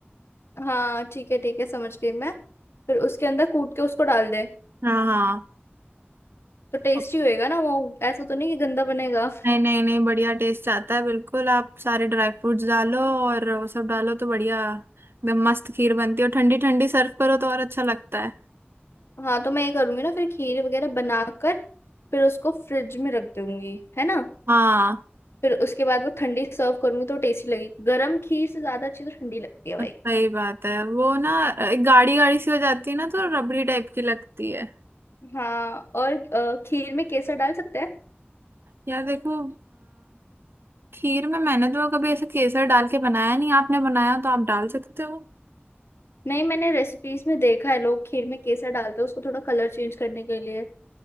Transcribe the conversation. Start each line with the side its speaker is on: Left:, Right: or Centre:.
Left: हाँ ठीक है ठीक है समझ गई मैं फिर उसके अंदर कूट के उसको डाल दे
Right: हाँ
Left: तो टेस्टी
Right: हाँ
Left: होएगा ना वो ऐसा तो नहीं कि गंदा बनेगा
Right: नहीं नहीं नहीं बढ़िया टेस्ट आता है बिल्कुल आप सारे ड्राई फ्रूट्स डालो और वो सब डालो तो बढ़िया एकदम मस्त खीर बनती है और ठंडी ठंडी सर्व करो तो और अच्छा लगता है
Left: हाँ तो मैं ये करूंगी ना फिर खीर वगैरह बनाकर फिर उसको फ्रिज में रख दूंगी है ना
Right: हाँ
Left: फिर उसके बाद वो ठंडी सर्व करूंगी तो टेस्टी लगेगी गरम खीर से ज्यादा अच्छी तो ठंडी लगती है भाई
Right: सही बात है वो ना गाड़ी गाड़ी सी हो जाती है ना तो रबड़ी टाइप की लगती है
Left: हाँ और अ, खीर में केसर डाल सकते हैं
Right: यार देखो खीर में मैंने तो कभी ऐसे केसर डाल के बनाया नहीं आपने बनाया तो आप डाल सकते हो
Left: नहीं मैंने रेसिपीज में देखा है लोग खीर में केसर डालते हैं उसको थोड़ा कलर चेंज करने के लिए